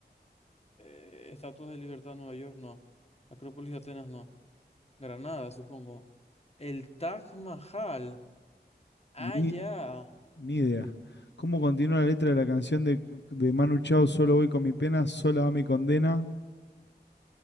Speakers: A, on the left (about 35°); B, on the left (about 85°).
A: Eh, Estatuas de Libertad, Nueva York, no. Acrópolis de Atenas, no. Granada, supongo. El Taj Mahal. Ah,
B: Ni
A: ya.
B: Ni idea. ¿Cómo continúa la letra de la canción de, de Manu Chao? Solo voy con mi pena, sola va mi condena.